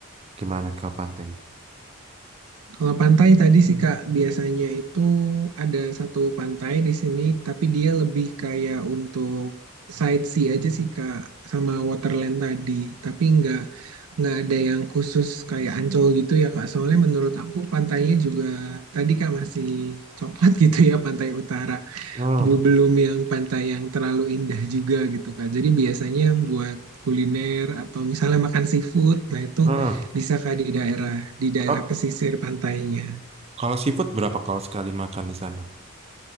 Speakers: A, on the right (about 25°); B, on the right (about 80°).
A: gimana ke pantainya?
B: Kalau pantai tadi sih Kak, biasanya itu ada satu pantai di sini, tapi dia lebih kayak untuk sightsee aja sih Kak, sama waterland tadi. Tapi nggak nggak ada yang khusus kayak Ancol gitu ya Kak. Soalnya menurut aku pantainya juga tadi Kak masih coklat <laughs> gitu ya pantai utara
A: Hmm.
B: bu- belum yang pantai yang terlalu indah juga gitu Kak. Jadi biasanya buat kuliner atau misalnya makan seafood, nah itu
A: Hmm.
B: bisa Kak di daerah di daerah
A: Oh,
B: pesisir pantainya.
A: Kalau seafood berapa kalau sekali makan di sana?